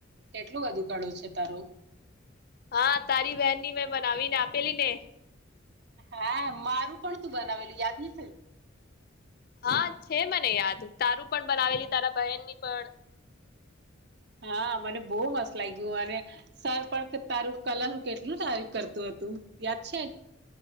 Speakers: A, on the right; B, on the left.
A: કેટલું બધું કળું છે તારું.
B: હા તારી બહેનની મેં બનાવીને આ પેલીને
A: હા મારું પણ તું બનાવેલું યાદ ને
B: હા છે મને યાદ તારું પણ બનાવેલી તારા બહેન ની પણ
A: હા મને બઘ મસ્ત લાગ્યું અને સર પણ તારું કલા નું કેટલું તારીફ કરતું હતું યાદ છે.